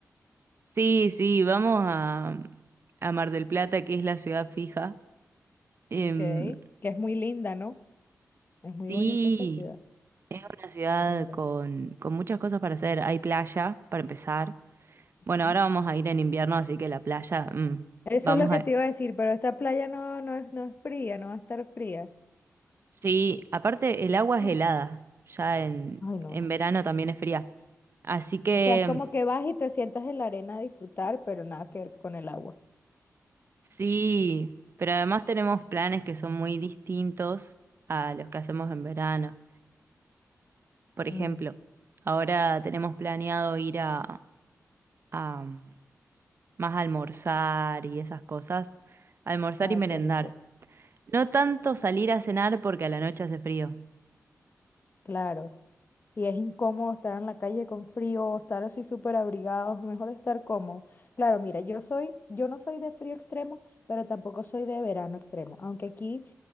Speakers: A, on the right; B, on the left.
A: Sí, sí, vamos a, a Mar del Plata, que es la ciudad fija. Em,
B: Ok. Que es muy linda, ¿no? Es muy
A: sí,
B: bonita esa ciudad.
A: Es una ciudad
B: Claro.
A: con, con muchas cosas para hacer. Hay playa, para empezar. Bueno,
B: ¿Mm?
A: ahora vamos a ir en invierno, así que la playa, mm,
B: Eso
A: vamos
B: es lo que
A: a...
B: te iba a decir, pero esta playa no, no es, no es fría, no va a estar fría.
A: Sí, aparte el agua es
B: <laughs>
A: helada, ya en,
B: Ay, no,
A: en
B: no.
A: verano también es fría. Así que
B: O sea, es como que vas y te sientas en la arena a disfrutar, pero nada que ver con el agua.
A: sí, pero además tenemos planes que son muy distintos a los que hacemos en verano. Por ejemplo,
B: Mm,
A: ahora tenemos planeado ir a, a, mm, más a almorzar y esas cosas, almorzar
B: Ay,
A: y merendar.
B: qué rico.
A: No tanto salir a cenar porque a la noche hace frío.
B: Claro. Y es incómodo estar en la calle con frío, estar así súper abrigados, mejor estar cómodo. Claro, mira, yo soy, yo no soy de frío extremo, pero tampoco soy de verano extremo, aunque aquí